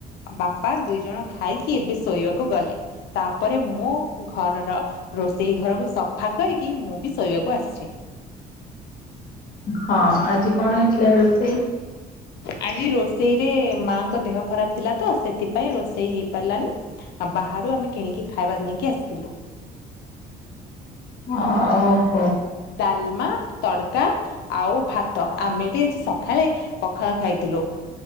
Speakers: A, on the left; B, on the left.
A: ବାପା ଦୁଇ ଜଣ ଖାଇକି ଏବେ ଶୋଇବାକୁ ଗଲେ। ତାପରେ ମୁଁ ଘରର ରୋଷେଇ ଘରକୁ ସଫା କରିକି ମୁଁ ବି ଶୋଇବାକୁ ଆସଚି।
B: ହଁ ଆଜି କଣ ହେଇଥିଲା ରୋଷେଇ?
A: ଆଜି ରୋଷେଇରେ ମାଙ୍କ ଦେହ ଖରାପ ଥିଲା ତ ସେଥିପାଇଁ ରୋଷେଇ ହେଇପାରିଲାନି ଆ ବାହାରୁ ଆମେ କିଣିକି ଖାଇବା ନେଇକି ଆସିଥିଲୁ।
B: ଅଉ।
A: ଡାଲମା, ତଡକା ଆଉ ଭାତ ଆମେ ବି ଆଜି ସକାଳେ ପଖାଳ ଖାଇଥିଲୁ ସୁ